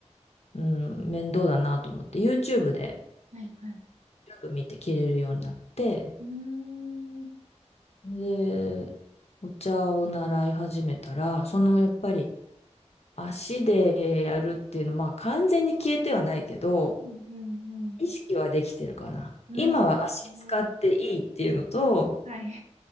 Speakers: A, on the left; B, on the right.
A: うん、面倒だなと思って、YouTube
B: うん
A: で、
B: はいはい。
A: YouTube 見て着れるようになって、
B: うーん。
A: で、お茶を習い始めたら、そのやっぱり足でやるっていうのは、まあ完全に消えてはないけど、
B: うんうん
A: 意識はできてるかな。
B: うん。
A: 今は足使っていいっていうのと、
B: うん。ねはい。